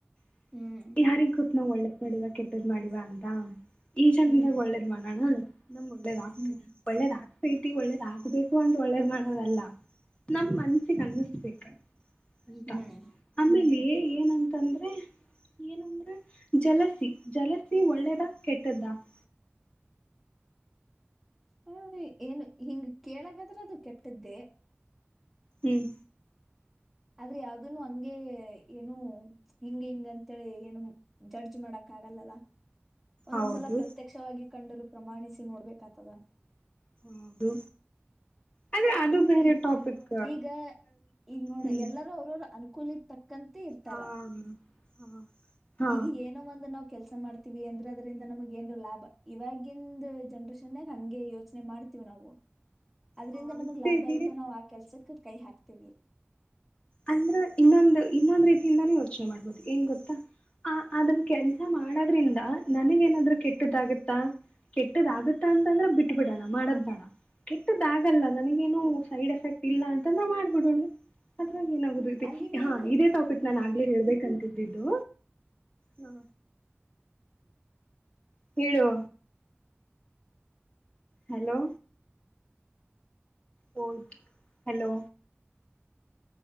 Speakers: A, on the left; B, in the centre.
A: <inaudible>
B: ಹ್ಮ್
A: ಯಾರಿಗ್, ಗೊತ್ ನಾವೂ ಒಲೆಯವರು. <unintelligible> ಮಾಡಿವ, ಕೆಟ್ಟದ್ ಮಾಡಿವ ಅಂತ. <inaudible> ಈಜನ್ದಾಗ,
B: ಹ್ಮ್
A: ಒಳ್ಳೇದ್ ಮಾಡೋಣ! <inaudible> ನಮ್, ಒಳ್ಳೆದ ಆಗ್ತ!
B: ಹ್ಮ್
A: ಒಳ್ಳೆದೂ, ಹಾಗುತೈತಿ. <unintelligible> ಒಳ್ಳೇದ ಆಗ್ಬೇಕು ಅಂತ! ಒಳ್ಳೇದ್ ಮಾಡೋದಲ್ಲ ನಮ್ ಮನ್ಸಿಗೆ ಅನ್ನಿಸ್ಬೇಕ? <inaudible> ಉಟ,
B: ಹ್ಮ್
A: ಆಮೇಲೆ? <inaudible> ಏನುಯಂತ ಅಂದ್ರೆ? ಈ.. <inaudible> ಏನಂದ್ರರೆ.. <inaudible> ಜಲಸಿ, ಜಲಸಿ ಒಳ್ಳೆದಾ. <inaudible> ಕೆಟ್ಟದಾ? <inaudible>
B: ಹ ಏನು ಹಿಂಗ ಕೇಳಗಾದ್ರೆ ಅದು ಕೆಟ್ಟದ್ದೇ
A: ಹ್ಮ್
B: ಆದ್ರೆ ಯಾವ್ದನು ಹಂಗಗೆ ಏನು ಹಿಂಗ ಹಿಂಗ ಅಂತೇಳಿ ಏನು ಜಡ್ಜ್ ಮಾಡಕ್ ಆಗಲ್ಲಲ್ಲ ಒಂದೊಂದ್ಸಲ
A: ಹೌದು
B: ಪ್ರತ್ಯಕ್ಷವಾಗಿ ಕಂಡರು ಪ್ರಮಾಣಿಸಿ ನೋಡ್ಬೇಕತದ
A: ಹೌದು ಅಂದ್ರೆ ಅದು ಬೇರೆ
B: ಈಗ
A: ಟಾಪಿಕ್
B: ಈಗ ಈಗ ನೋಡ
A: ಹ್ಮ್
B: ಎಲ್ಲಾರ ಅವ್ರರು ಅನುಕೂಲ ತಕ್ಕಂತೆ ಇರ್ತಾರ
A: ಹಾ ಹಾ ಹಾ
B: ಈಗ ಏನೋ ಒಂದು ನಾವ್ ಕೆಲ್ಸ ಮಾಡ್ತವಿ ಅಂದ್ರೆ ಅದರಿಿಂದ ನಮಗೆ ಏನ್ ಲಾಭ ಇವಾಗಿಂದ ಜನ್ರೇಷನ್ ಹಂಗೆ ಯೋಚನೆ ಮಾಡ್ತೀವಿ ನಾವು ಅದ್ರಿಂದ
A: ಮಾಡ್ತೇವಿ
B: ನಮಗ್ ಲಾಭ ಐತೆ ನಾವ್ ಆ ಕೆಲ್ಸಕ್ ಕೈ ಹಾಕ್ತೀವಿ
A: ಅಂದ್ರ ಇನ್ನೊಂದು ಇನ್ನೊಂದ್ ರೀತಿಯಿಂದಾನ ಯೋಚನೆ ಮಾಡ್ಬೋದು ಏಂಗ ಗೊತ್ತಾ ಆ ಅದನ್ ಕೆಲ್ಸ ಮಾಡೋದ್ರಿಂದ ನನಗ ಏನಾದ್ೂ ಕೆಟ್ಟದಾಗುತ್ತಾ ಕೆಟ್ಟದಾಗುತ್ತಾ ಅಂತಂದ್ರೆ ಬಿಟ್ಬಿಡಣ ಮಾಡದ್ ಬೇಡ ಕೆಟ್ಟದಾಗಲ್ಲ ನನಗೇನು ಸೈಡ್ ಎಫೆಕ್ಟ್ ಇಲ್ಲ ಅಂತಂದ್ರ ಮಾಡ್ಬಿಡೋಣ ಅದ್ರಾಗ ಏನಾಗುದತಿ
B: ಹ್ಮ್ ಅಲ್ಲಿನ
A: ಹಾ
B: ಏನು
A: ಇದೇ ಟಾಪಿಕ್ ನಾನ ಆಗ್ಲೇ ಹೇಬೇಕಂತ ಜಿ ದ್ದು ಹಾ ಹೇಳುವ ಹಲೋ ಹ ಹಲೋ